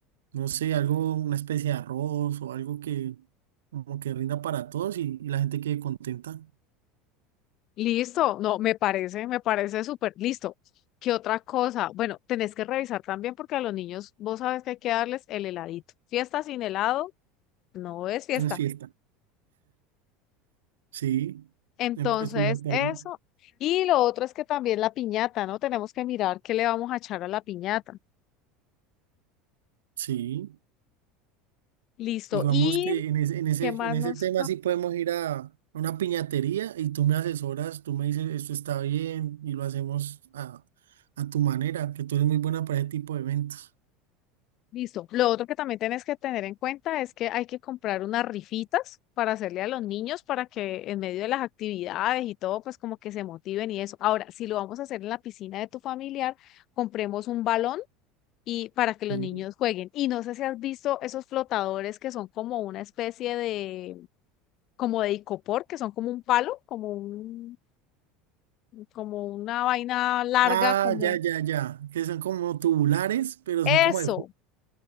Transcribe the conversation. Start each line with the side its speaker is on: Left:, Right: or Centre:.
Right: no sé, algo, una especie de arroz o algo que como que rinda para todos y, y la gente quede contenta.
Left: Listo, no, me parece, me parece súper listo. ¿Qué otra cosa? Bueno, tenés que revisar también porque a los niños, vos sabes que hay que darles el heladito. Fiesta sin helado no es fiesta.
Right: Una fiesta. Sí,
Left: Entonces,
Right: em- estoy de acuerdo.
Left: eso. Y lo otro es que también la piñata, ¿no? Tenemos que mirar qué le vamos a echar a la piñata.
Right: Sí.
Left: Listo.
Right: Digamos
Left: ¿Y
Right: que en ese, en ese,
Left: qué más
Right: en ese
Left: nos
Right: tema sí podemos ir a, a una piñatería y tú me asesoras, tú me dices esto está bien y lo hacemos a, a tu manera, que tú eres muy buena para ese tipo de eventos.
Left: Listo. Lo otro que también tienes que tener en cuenta es que hay que comprar unas rifitas para hacerle a los niños para que en medio de las actividades y todo, pues como que se motiven y eso. Ahora, si lo vamos a hacer en la piscina de tu familiar, compremos un balón y para que los
Right: ¿sí?
Left: niños jueguen. Y no sé si has visto esos flotadores que son como una especie de, como de icopor, que son como un palo, como un, como una vaina larga,
Right: Ah,
Left: como
Right: ya, ya, ya, que son como tubulares, pero
Left: eso,
Right: son como de fútbol.